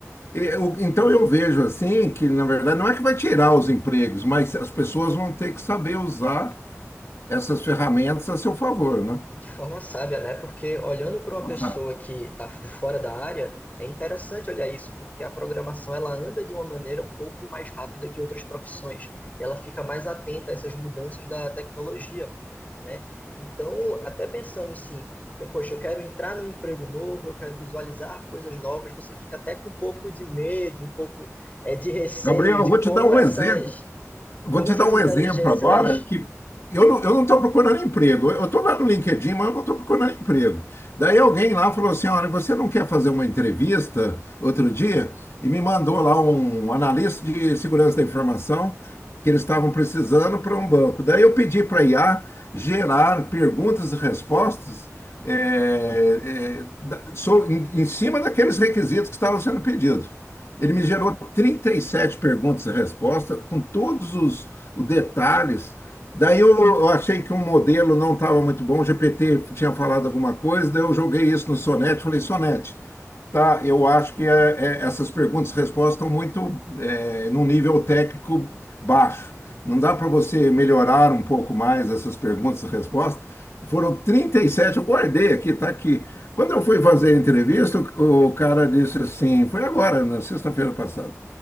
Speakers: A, on the left; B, on the left.
A: Eu- então eu vejo assim que, na verdade, não é que vai tirar os empregos, mas as pessoas vão ter que saber usar essas ferramentas a seu favor, né?
B: De forma sábia, né? Porque olhando para uma
A: Nossa,
B: pessoa que está de fora da área, é interessante olhar isso, porque a programação ela anda de uma maneira um pouco mais rápida que outras profissões, e ela fica mais atenta a essas mudanças da tecnologia, né? Então, até pensando assim, poxa, eu quero entrar num emprego novo, eu quero visualizar coisas novas, você fica até com um pouco de medo, um pouco eh, de receio
A: Gabriel, eu
B: de
A: vou
B: como
A: te dar um
B: essas
A: exemplo.
B: e
A: Eu
B: como
A: Vou te
B: essas
A: dar um
B: inteligências
A: exemplo agora que eu não, eu não estou procurando emprego. Eu estou lá no LinkedIn, mas eu não estou procurando emprego. Daí alguém lá falou assim: olha, você não quer fazer uma entrevista outro dia? E me mandou lá um um analista de segurança da informação que eles estavam precisando para um banco. Daí eu pedi para a IA gerar perguntas e respostas eh, eh, da- so- em, em cima daqueles requisitos que estavam sendo pedidos. Ele me gerou 37 perguntas e respostas, com todos os, os detalhes. Daí eu, eu achei que um modelo não estava muito bom, o GPT tinha falado alguma coisa, daí eu joguei isso no Sonete, falei, Sonete, Tá, eu acho que é, é, essas perguntas e respostas estão muito é, num nível técnico baixo. Não dá para você melhorar um pouco mais essas perguntas e respostas? Foram 37 eu guardei aqui, tá aqui. Quando eu fui fazer a entrevista, o o cara disse assim, foi agora, na sexta-feira passada.